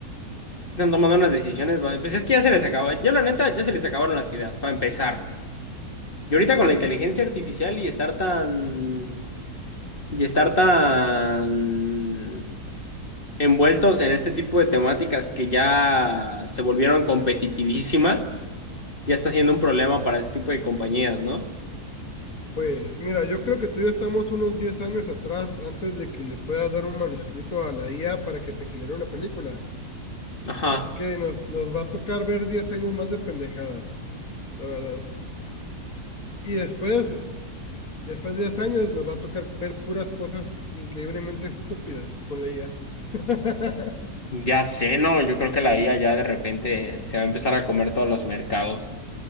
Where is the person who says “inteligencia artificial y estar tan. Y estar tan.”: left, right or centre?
Left